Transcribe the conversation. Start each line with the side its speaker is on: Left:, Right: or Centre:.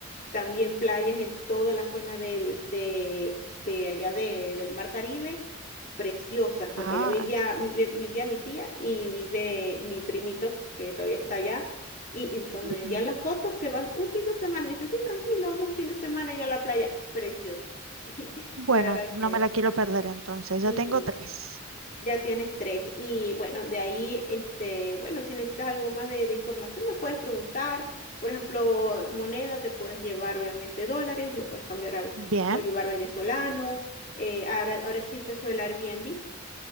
Left: también playas en toda la zona del, de, de allá de- del Mar Caribe, preciosas, porque
Right: Ah,
Left: allá vivía, vivi- vivía, mi tía y vive mi primito, que todavía está allá. Y, y cuando
Right: ujú.
Left: me envían las fotos, que van un fin de semana, me dice, sí, tranquilo, vamos un fin de semana allá a la playa, preciosas. <laughs> Y
Right: Bueno,
Left: la verdad
Right: no
Left: que
Right: me la quiero perder entonces,
Left: sí.
Right: ya tengo tres.
Left: Ya tienes tres. Y bueno, de ahí, este, bueno, si necesitas algo más de, de información, me puedes preguntar. Por ejemplo, moneda, te puedes llevar obviamente dólares, lo puedes cambiar al
Right: Bien,
Left: bolívar venezolano. Eh, ahora, ahora existe eso del Airbnb.